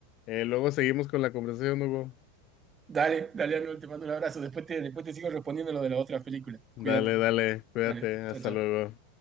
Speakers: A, on the left (about 45°); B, on the right (about 20°).
A: eh, luego seguimos con la conversación, Hugo?
B: Dale, dale, Arnold, te mando un abrazo. Después te, después te sigo respondiendo lo de las otras películas.
A: Dale,
B: Cuídate.
A: dale, cuídate,
B: Dale,
A: hasta
B: chao, chao.
A: luego.